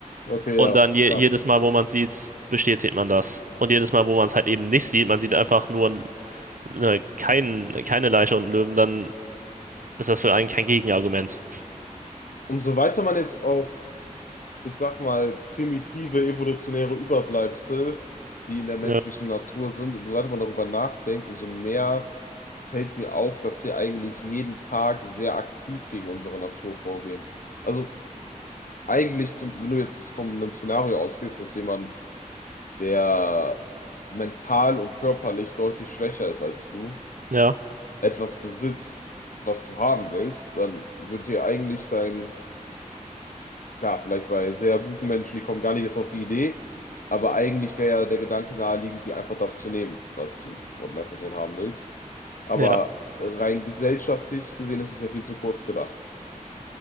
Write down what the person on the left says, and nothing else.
Okay,
ja.
Klar.
umso weiter man jetzt auch, ich sag mal, primitive evolutionäre Überbleibsel, die in der menschlichen
Natur sind, umso weiter man darüber nachdenkt, umso mehr fällt mir auf, dass wir eigentlich jeden Tag sehr aktiv gegen unsere Natur vorgehen. Also eigentlich, zum, wenn du jetzt von einem Szenario ausgehst, dass jemand, der mental und körperlich deutlich schwächer ist als du,
etwas besitzt, was du haben willst, dann wird dir eigentlich dein Klar, vielleicht bei sehr guten Menschen, die kommen gar nicht erst auf die Idee, aber eigentlich wäre ja der Gedanke naheliegend, dir einfach das zu nehmen, was du von der Person haben willst. Aber
rein gesellschaftlich gesehen ist es ja viel zu kurz gedacht